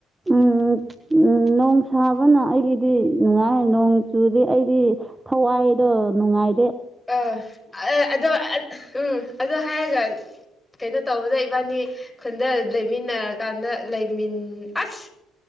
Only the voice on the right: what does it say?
ꯎꯝ ꯎꯝ ꯅꯣꯡ ꯁꯥꯕꯅ ꯑꯩꯒꯤꯗꯤ ꯅꯨꯡꯉꯥꯏ ꯅꯣꯡ ꯆꯨꯗꯤ ꯑꯩꯗꯤ ꯊꯋꯥꯏ ꯗꯣ ꯅꯨꯡꯉꯥꯏ